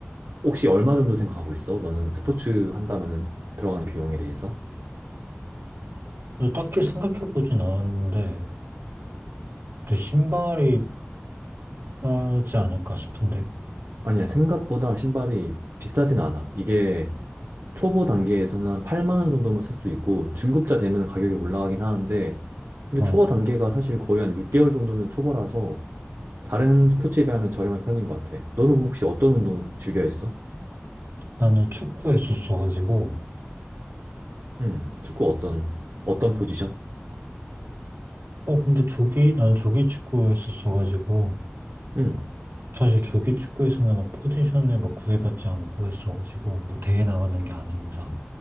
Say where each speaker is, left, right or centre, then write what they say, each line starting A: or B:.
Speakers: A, on the right (about 85°); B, on the right (about 70°).
A: 혹시 얼마 정도 생각하고 있어? 너는 스포츠 한다면은 들어가는 비용에 대해서?
B: 근데 딱히 생각해보진 않았는데, 근데 신발이 싸지 않을까 싶은데.
A: 아니야, 생각보다 신발이 비싸진 않아. 이게 초보 단계에서는 한 8만 원 정도면 살 수 있고 중급자 되면 가격이 올라가긴 하는데 근데
B: 어,
A: 초보 단계가 사실 거의 한 6개월 정도는 초보라서 다른 스포츠에 비하면 저렴한 편인 것 같아. 너는 그럼 혹시 어떤 운동을 즐겨 했어?
B: 나는 축구 했었어가지고.
A: 음, 축구 어떤 어떤 포지션?
B: 어, 근데 조기, 난 조기 축구 했었어가지고.
A: 음,
B: 사실 조기 축구에서는 막 포지션을 막 구애받지 않고 했어가지고 뭐 대회 나가는 게 아닌 이상